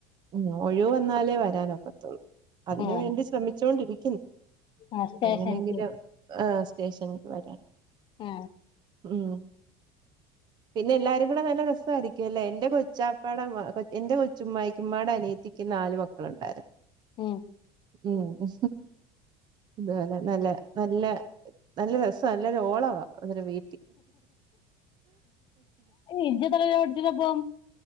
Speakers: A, on the right; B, on the left.
A: ഉം ഒഴിവ് വന്നാലേ വരാനൊക്കത്തുള്ളൂ അതിനു
B: ആഹ്
A: വേണ്ടി ശ്രമിച്ചോണ്ടിരിക്കുന്നു
B: ആഹ് സ്റ്റേഷൻക്ക്
A: എങ്ങനെങ്കിലും ആ സ്‌ റ്റേഷന്ക്ക് വരാൻ
B: ആ
A: ഉം പിന്നെ എല്ലാരും കൂടെ നല്ല രസായിരിക്കുവല്ലേ എന്റെ കൊച്ചാപ്പാട മ കൊ എന്റെ കൊച്ചുമ്മായിക്കുമ്മാട അനിയത്തിക്കു നാല് മക്കളുണ്ടായിര്
B: ഉം
A: മ് ന്ത്‌വാന നല്ല നല്ല നല്ല രസാ നല്ലൊരു ഓളവാ മ്മടെ വീ
B: ഇജ്ജെത്ര വര പഠിച്ചതപ്പം